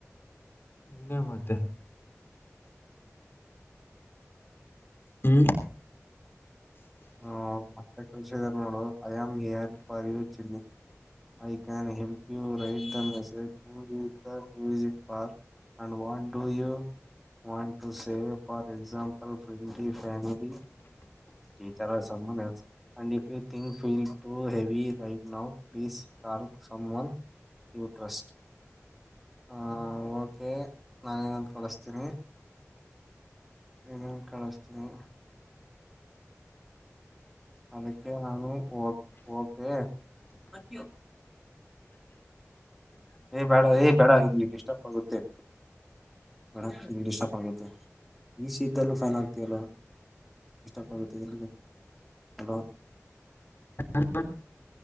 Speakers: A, on the left; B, in the centre.
A: ಇನ್ನೆ ಮತ್ತೆ ಹ್ಮ್
B: ಆ ಮ ಕರ್ಷಿತನಗಳು ಅಯಾಮರ್ ಪರಿವ ಚಿ I can help you write the message who is the who is it park and what do you want to say for example ಫ್ರಲಿ family ಡ್ ಇ್ ಕ್ ಫೀಲ್ ಟ ಹೆವಿ ರೈಡ್ ನ ಪ್ಲೀಸ್ ಕಲ್ <unintelligible> ಸಮನ್ ಯೂ ಟ್ರಸ್ಟ್ ಹ okay ನಾನೇನಂದು ಕೊಳಿಸ್ತೀನಿ ಇದನ್ ಕಳಿಸ್ತೀನಿ ಅದಕ್ಕೆ ನಾನು ಓಕೆ ಜ ಏ್ ಬೇಡ ಏ್ ಬೇಡ ಇಂಗ್ ಡಿಸ್ಟಪ್ ಆಗುತ್ತೆ ಬೇಡ ಇಂಗ್ ಆಗುತ್ತ ಈ ಸಿ ಇದ್ದಲ್ಲೂ ಫ್ಯಾನ್ ಆಗ್ತಲ್ಲ ಇಪ್ ಆಗುತ್ತೆ ಇದರಲ್ಲಿ ಹಲೋ
A: ಹ